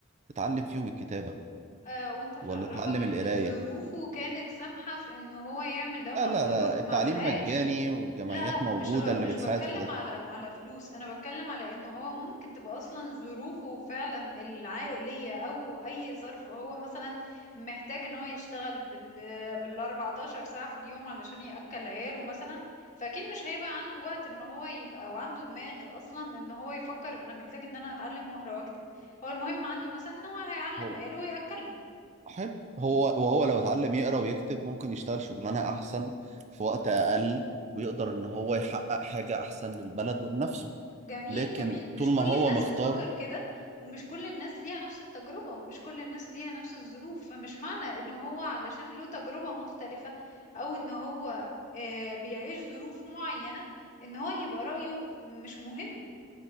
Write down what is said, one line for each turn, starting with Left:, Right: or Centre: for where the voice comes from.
Right: تتعلم فيهم الكتابة
Left: آه وانت عرفك
Right: ولا تتعلم
Left: ان
Right: القراية
Left: ظروفه كانت سامحة في ان هو يعمل لو
Right: لا
Left: ما
Right: لا
Left: عملوها
Right: لا
Left: ما
Right: التعليم
Left: عملهاش
Right: مجاني والجمعيات
Left: لا
Right: موجودة
Left: لا مش
Right: اللي
Left: مش
Right: بتساعد
Left: بتكلم
Right: في ده
Left: على على فلوس انا بتكلم على ان هو ممكن تبقى اصلا ظروفه فعلا العائلية او اي ظرف هو مثلا محتاج ان هو يشتغل بال بال 14 ساعة في اليوم علشان يأكل عياله مثلا فاكيد مش هيبقى عنده وقت ان هو يبقى او عنده دماغ اصلا ان هو يفكر انا محتاج ان انا اتعلم واقرا واكتب هو المهم عنده مثلا ان هو هيعلم
Right: هو
Left: عياله ويأكلهم
Right: حلو هو وهو لو اتعلم يقرا ويكتب ممكن يشتغل شغلانه احسن في وقت اقل ويقدر ان هو يحقق حاجه احسن للبلد ولنفسه
Left: فجميل
Right: لكن
Left: جميل مش
Right: طول
Left: كل
Right: ما هو
Left: الناس
Right: مختار
Left: بتفكر كده ومش كل الناس ليها نفس التجربة ومش كل الناس ليها نفس الظروف فمش معنى ان هو علشان له تجربة مختلفة او ان هو آه، بيعيش ظروف معينة ان هو يبقى رأيه مش مهم